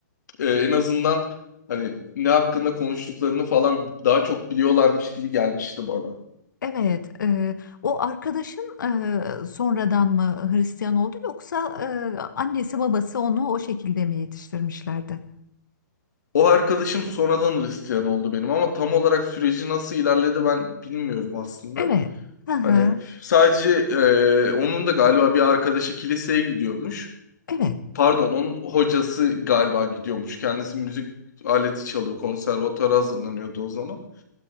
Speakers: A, on the left; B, on the left.
A: e, en azından hani ne hakkında konuştuklarını falan daha çok biliyorlarmış gibi gelmişti bana.
B: Evet, e, o arkadaşın e, sonradan mı Hristiyan oldu yoksa e, annesi babası onu o şekilde mi yetiştirmişlerdi?
A: O arkadaşım sonradan Hristiyan oldu benim ama tam olarak süreci nasıl ilerledi ben bilmiyorum aslında.
B: Evet. Hı hı,
A: Hani sadece e, onun da galiba bir arkadaşı kiliseye gidiyormuş.
B: evet.
A: Pardon, onun hocası galiba gidiyormuş. Kendisi müzik aleti çalıyor, konservatuara hazırlanıyordu o zaman.